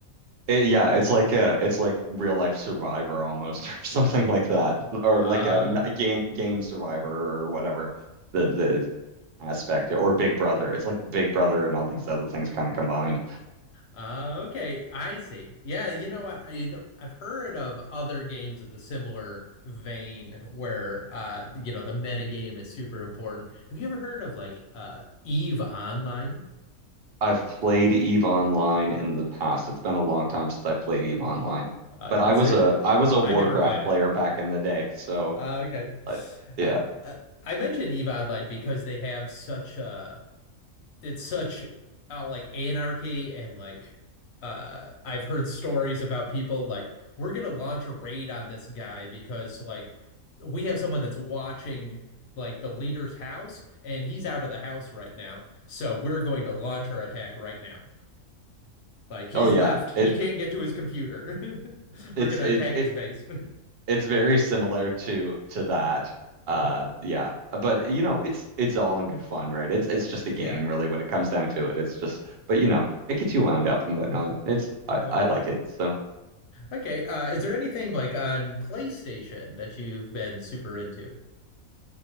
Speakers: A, on the right; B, on the left.
A: It- yeah, it's like uh it's like real life Survivor almost <laughs> or something like that, or
B: Uh,
A: like a, m- a game game Survivor or whatever the the aspect or Big Brother. It's like Big Brother and all these other things kind of combined.
B: Uh, okay, I see. Yeah, you know what? I, you know, I've heard of other games of the similar vein where uh, you know, the meta game is super important. Have you ever heard of like uh Eve Online?
A: I've played Eve Online in the past. It's been a long time since I've played
B: <laughs>
A: Eve Online.
B: Uh,
A: But I
B: so
A: was a I was a Warcraft
B: I never played
A: player
B: it.
A: back in the day. So
B: Uh, okay.
A: like yeah.
B: Uh, uh, I mentioned Eve Online because they have such a it's such uh, like anarchy and like uh I've heard stories about people like we're gonna launch a raid on this guy because like we have someone that's watching like the leader's house and he's out of the house right now so we're going to launch our attack right now like he's
A: Oh yeah.
B: left he
A: It
B: can't get to his computer <laughs> we're
A: it's
B: gonna
A: it,
B: attack
A: it
B: his base
A: it's very similar to to that. Uh
B: <laughs>
A: yeah. But you know, it's it's all in good fun, right? It's it's just a game
B: yeah
A: really when it comes down to it. It's just but you know, it gets you wound up and whatnot. It's I,
B: Uh,
A: I like it. So
B: okay uh is there anything like on PlayStation that you've been super into